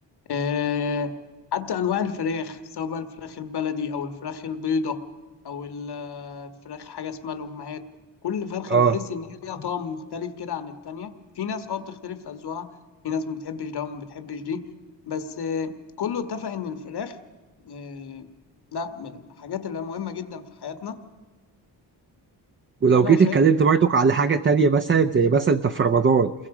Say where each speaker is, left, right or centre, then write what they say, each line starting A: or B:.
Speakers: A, on the left; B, on the right.
A: آه، حتى أنواع الفراخ سواء بقى الفراخ البلدي أو الفراخ البيضة أو ال- آه، الفراخ حاجة اسمها الأمهات كل فرخة
B: اه
A: بتحس إن هي ليها طعم مختلف كده عن التانية في ناس أه بتختلف في أذواقها في ناس ما بتحبش ده وما بتحبش دي بس آه، كله اتفق إن الفراخ آه، لا من الحاجات اللي مهمة جدا في حياتنا
B: ولو
A: فأنا
B: جيت
A: شايف
B: اتكلمت برضك على حاجة تانية مثلا زي مثلا انت في رمضان